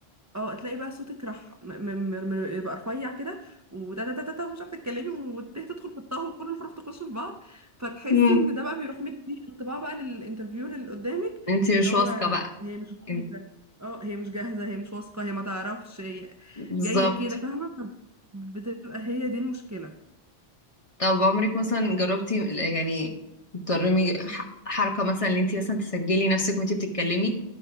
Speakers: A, on the right; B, on the left.
A: اه تلاقي بقى صوتك راح م- م- م- م- يبقى رفيع كده وده ده ده ده ده ومش عارفه تتكلمي وتدخل تدخل في الطه وكل الفروق تخش في بعض فتحسي
B: امم
A: ان ده بقى بيروح مدي انطباع بقى للانترفيور اللي قدامك
B: انت مش
A: اللي هو
B: واثقة بقى
A: هي مش جاهزه
B: انت-
A: اه هي مش جاهزه هي مش واثقه هي ما تعرفش هي
B: بالظبط
A: جايه كده فاهمه بتبقى هي دي المشكله
B: طب عمرك مثلا جربتي يعني ترمي ح- حركة مثلا ان انت مثلا تسجلي نفسك وانت بتتكلمي